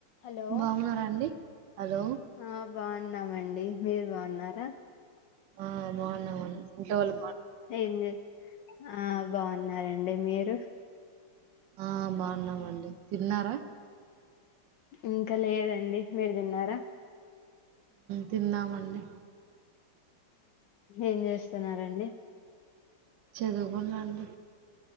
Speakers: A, on the left (about 75°); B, on the right (about 70°).
A: Hello
B: బాగున్నారా అండి hello
A: ఆ బాగున్నామండి మీరు బాగున్నారా
B: ఆ బాగున్నావు ఇంట వాళ్ళ
A: ఏంది ఆ బాగున్నారే అంటడి మీరు
B: ఆ బాగున్నామండి తిన్నారా
A: ఇంకా లేదండి మీరు తిన్నారా
B: తిన్నామండి
A: ఏం చేస్తున్నారండి
B: చదువుకునలండి